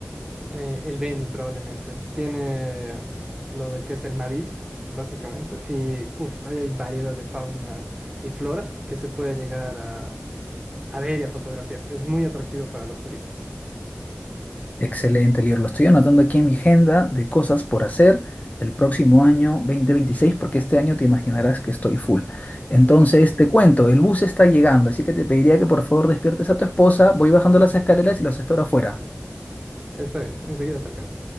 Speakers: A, on the right; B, on the left.
A: Eh, el Beni probablemente. Tiene lo de que es el Madiri, básicamente. Y uff, ahí hay variedad de fauna y flora que se puede llegar a, a ver y a fotografiar. Es muy atractivo para los turistas.
B: Excelente, Lior. Lo estoy anotando aquí en mi agenda de cosas por hacer el próximo año 2026, porque este año te imaginarás que estoy full. Entonces, te cuento, el bus está llegando, así que te pediría que por favor despiertes a tu esposa. Voy bajando las escaleras y los espero afuera.
A: Está bien, enseguida te alcanzo.